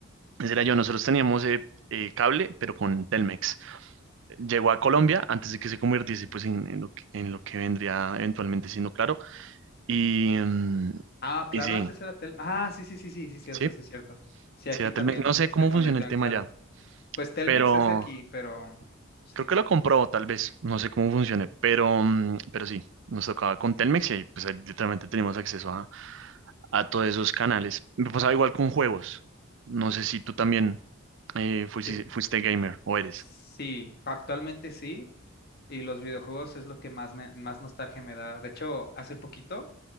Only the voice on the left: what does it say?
Ah, claro,
antes era Telmex. Ah, sí, sí, sí, sí, sí, cierto,
sí, cierto. Sí,
aquí
también
se
convirtió
en
claro.
Pues Telmex
es de aquí, pero sí.
Yo-
sí, actualmente sí. Y los videojuegos es lo que más me, más nostalgia me da. De hecho, hace poquito